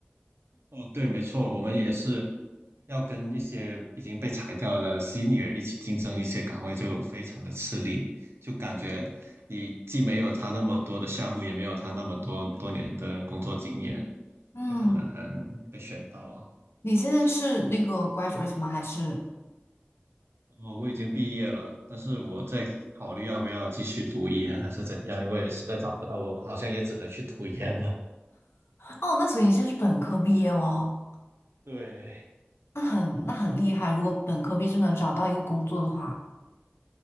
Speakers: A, on the right; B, on the left.
A: 哦，对，没错，我们也是要跟一些已经被裁掉的 senior 一起竞争一些岗位，就非常的吃力，就感觉你既没有他那么多的项目，也没有他那么多多年的工作经验，
B: 嗯，
A: 就很难被选到啊。
B: 你现在是那个 graduate 吗？还是
A: 哦，我已经毕业了，但是我在考虑要不要继续读研还是怎样，因为实在找不到，我好像也只能去读研了。
B: 哦，那所以你现在是本科毕业哦。
A: 对，
B: 那很那很厉害。如果本科毕业就能找到一个工作的话，